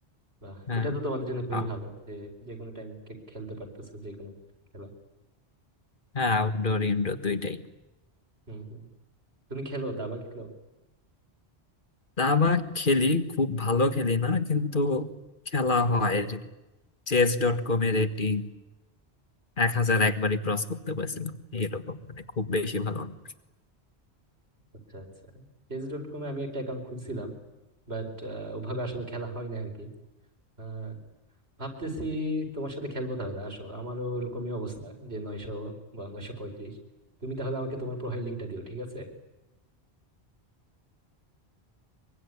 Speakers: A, on the right; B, on the left.
A: বাহ
B: হ্যাঁ
A: এটা তো তোমাদের জন্য খুবই
B: আ-
A: ভালো যে যে কোনো টাইম খেলতে পারতেছো যে কোনো খেলা
B: হ্যাঁ আউটডোর ইনডোর দুইটাই
A: হম হম তুমি খেলো দাবা খেলো
B: দাবা খেলি খুব ভালো খেলি না কিন্তু খেলা হয় চেস ডট কম এর রেটিং এক হাজার একবারই ক্রস করতে পারছিলাম এরকম মানে খুব বেশি ভালো না।
A: আচ্ছা আচ্ছা চেস ডট কমে আমি একটা অ্যাকাউন্ট খুলছিলাম বাট ওভাবে আসলে খেলা হয় না আর কি আহ, ভাবতেছি তোমার সাথে খেলবো তাহলে আসো আমারও ওরকমই অবস্থা যে নয়শো বা নয়শো পঁয়ত্রিশ তুমি তাহলে আমাকে তোমার প্রোফাইল লিঙ্কটা দিও ঠিক আছে